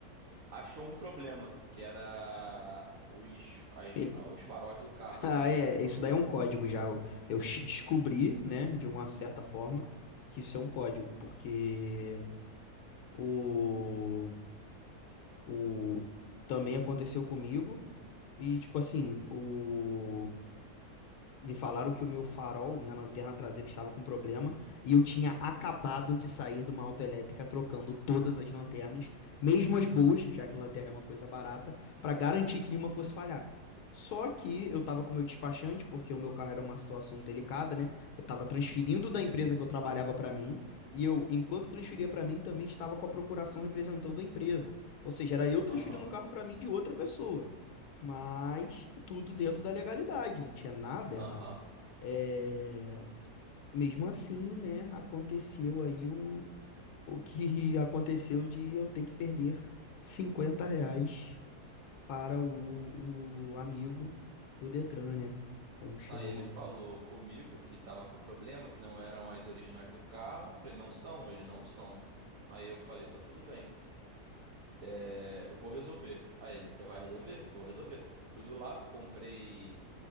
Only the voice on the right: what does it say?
achou um problema, que era os, as-
os faróis do carro,
né? Tava
com problema.
Aham,
aham.
Aí ele falou comigo que tava com problema, que não eram as originais do carro. Eu falei, não são? Ele, não são. Aí eu falei, então tudo bem. É, eu vou resolver. Aí ele, você vai resolver? Vou resolver. Fui do lado, comprei